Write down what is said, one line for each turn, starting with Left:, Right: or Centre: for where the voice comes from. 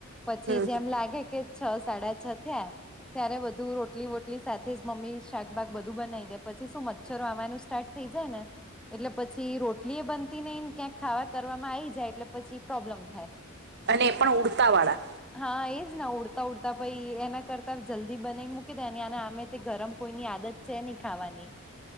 Centre: પછી
Right: હમ
Centre: જેમ
Right: હમ
Centre: લાગે કે છ સાડા છ થયા ત્યારે બધું રોટલી વોટલી સાથે જ મમ્મી શાકબાક બધું બનાવી દે પછી શું મચ્છરો આવાનું સ્ટાર્ટ થય જાયને એટલે પછી રોટલી એ બનતી નઈને ક્યાંક ખાવા કરવામાં આવી જાય એટલે પછી પ્રોબ્લેમ થાય.
Right: અને એ પણ ઉડતા વાળા.
Centre: હા એજના ઉડતા ઉડતા <unintelligible> એના કરતા જલ્દી બનાવી મૂકી દે <unintelligible> ગરમ કોઈ ની આદત ચેની ખાવાની